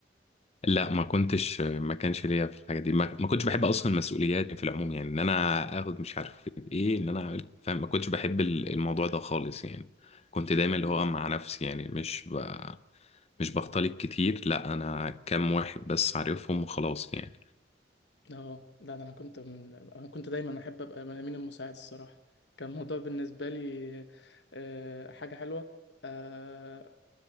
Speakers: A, on the left (about 35°); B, on the left (about 65°).
A: لا ما كنتش ما كانش ليا في الحاجه دي ما, ما كنتش بحب اصلا المسؤوليات في العموم يعني ان انا اخد مش عارف ايه ان انا اعمل فاهم ما كنتش بحب ال- الموضوع ده خالص يعني كنت دايما اللي
B: أه
A: هو مع نفسي يعني مش ب... مش بختلط كتير لا انا كام واحد بس عارفهم وخلاص يعني
B: أه لا ده أنا كنت من... أنا كنت دايما أحب أبقى من الأمين المساعد الصراحة كان الموضوع بالنسبة لي آه، حاجة حلوة آه،